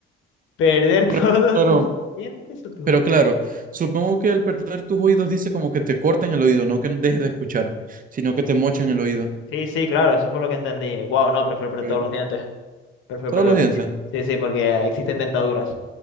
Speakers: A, on the left (about 80°); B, on the right (about 45°).
A: ¿Perder <laughs>
B: Pero,
A: todos
B: pero,
A: tus dientes o tus...
B: pero claro, supongo que al perder tus oídos dice como que te cortan el oído, no que dejes de escuchar, sino que te mochan el oído.
A: Sí, sí, claro, eso fue lo que entendí. Wow, No, prefiero perder
B: Ok.
A: todos los dientes. Prefiero
B: Todos
A: perder
B: los dientes.
A: los dientes. Sí, sí, porque existen dentaduras.